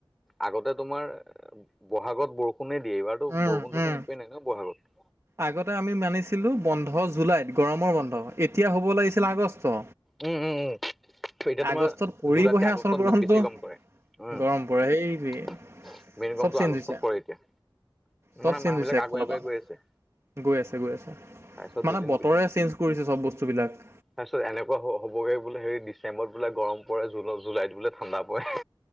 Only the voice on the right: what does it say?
উম,
উম,
আগতে আমি মানিছিলোঁ বন্ধ জুলাইত গৰমৰ বন্ধ
এতিয়া হ'ব লাগিছিলে আগষ্ট
আগষ্টত পৰিবহে
আচল গৰমটো।
গৰম পৰে সেইটোৱে
চব চেঞ্জ
হৈছে
চব
চেঞ্জ
হৈছে
একফালৰ
পৰা
গৈ আছে, গৈ আছে
মানে বতৰে চেঞ্জ কৰিছে চব বস্তুবিলাক।